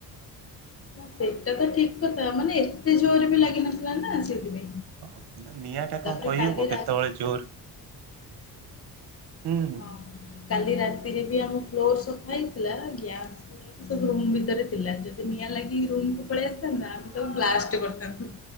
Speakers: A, on the left; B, on the right.
A: ହଁ ସେଇଟା ତ ଠିକ କଥା ମାନେ ଏତେ ଜୋର ବି ଲାଗିିନଥିଲା ନା ସେଇଥିପାଇଁ
B: ଓହୋ ନିଆଁଟା କଣ
A: ତାପରେ
B: କହିବୁ
A: କାଲି
B: କେତେବେଳେ
A: ରା
B: ଜୋର ହୁଁ।
A: ହଁ କାଲି ରାତିରେ ବି ଆମ ଫ୍ଲୋର ସଫା ହେଇଥିଲା ଗ୍ୟା ସବୁ ରୁମ ଭିତରେ ଥିଲା ଯଦି ନିଆଁ ଲାଗି ରୁମକୁୁ ପଳେଇ ଆସିଥାନ୍ତା ଆମେ ସବୁ ବ୍ଲାଷ୍ଟ କରିଥାନ୍ତୁ।